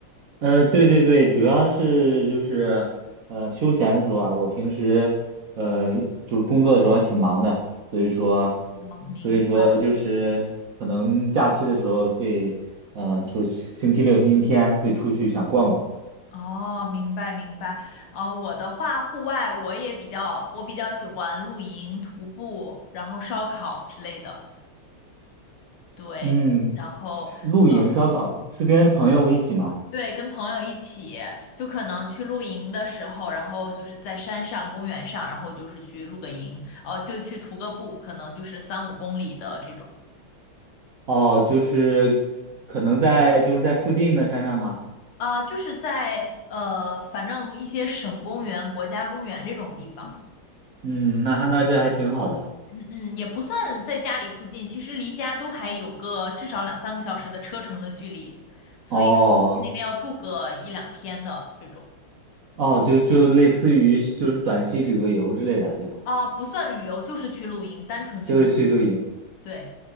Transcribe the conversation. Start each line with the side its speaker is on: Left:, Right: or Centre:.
Right: 呃，对对对，主要是就是呃休闲的时候啊，我平时呃就是工作的时候还挺忙的，所以说
Left: 我明白。
Right: 所以说就是可能假期的时候会呃出星期六、星期天会出去想逛逛。
Left: 哦，明白明白。啊，我的话，户外我也比较，我比较喜欢露营、徒步，然后烧烤之类的。对，
Right: 嗯，
Left: 然后呃，
Right: 是露营烧烤是跟朋友一起吗？
Left: 嗯对对，跟朋友一起，就可能去露营的时候，然后就是在山上、公园上，然后就是去露个营，呃，就去徒个步，可能就是三五公里的这种。
Right: <laughs> 哦，就是可能在就是在附近的山上吗？
Left: 啊、就是在呃，反正一些省公园、国家公园这种地方，
Right: 嗯，那还那这还挺好的。
Left: <clears throat> 嗯嗯也不算在家里附近，其实离家都还有个至少两三个小时的车程的距离，所以说去那边要住个一两天的这种，
Right: 哦。哦，就就类似于就是短期旅个游之类的，对吧？
Left: 啊、不算旅游，就是去露营，单纯去露营
Right: 就是去露营，
Left: 对